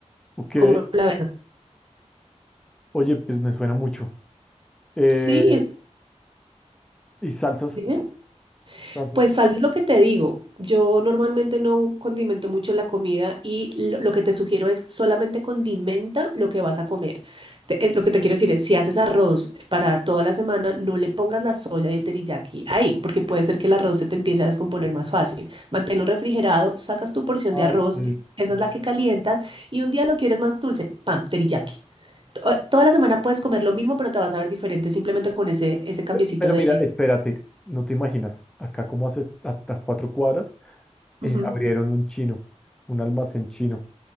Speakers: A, in the centre; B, on the right.
A: Ok.
B: como la verdad.
A: Oye, pues me suena mucho. Eh,
B: Sí, es,
A: ¿y salsas?
B: dime.
A: Entonces,
B: Pues salsa es lo que te digo. Yo normalmente no condimento mucho la comida y lo, lo que te sugiero es solamente condimenta lo que vas a comer. Te- eh, lo que te quiero decir es, si haces arroz para toda la semana, no le pongas la soya y el teriyaki ahí, porque puede ser que el arroz se te empiece a descomponer más fácil. Manténlo refrigerado, sacas tu porción
A: ah,
B: de arroz,
A: ok.
B: esa es la que calientas y un día lo quieres más dulce, pam, teriyaki. To- eh, Toda la semana puedes comer lo mismo, pero te vas a ver diferente simplemente con ese, ese cambiecito
A: Pe- Pero
B: de...
A: mira, espérate, no te imaginas, acá como hace hasta cuatro cuadras, eh,
B: Ujú.
A: abrieron un chino, un almacén chino,